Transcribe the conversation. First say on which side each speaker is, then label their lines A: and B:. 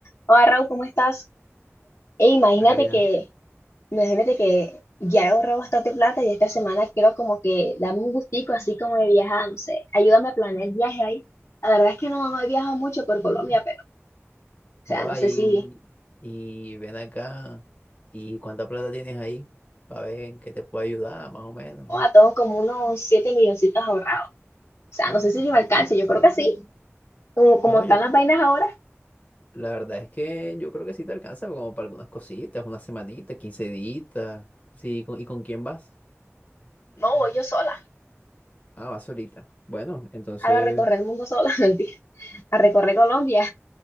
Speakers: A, on the left (about 65°); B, on the left (about 30°).
A: Hola Raúl, ¿cómo estás? Ey, imagínate
B: Ah, Karina.
A: que, imagínate que ya he ahorrado bastante plata y esta semana quiero como que darme un gustico así como de viajar, no sé, ayúdame a planear el viaje ahí. La verdad es que no, no he viajado mucho por Colombia, pero, o
B: Joda,
A: sea, no sé
B: y,
A: si,
B: y ven acá. ¿Y cuánta plata tienes ahí? Para ver en qué te puedo ayudar, más o menos.
A: o a tengo como unos 7 milloncitos ahorrados. O sea, no sé si me alcance, yo creo que sí. Como, como
B: No,
A: están
B: yo,
A: las vainas ahora,
B: la verdad es que yo creo que sí te alcanza como para algunas cositas, una semanita, quince días. Sí, ¿con- ¿y con quién vas?
A: no voy yo sola.
B: Ah, vas solita. Bueno, entonces.
A: Ahora a recorrer el mundo sola, <laughs> mentira, a recorrer Colombia.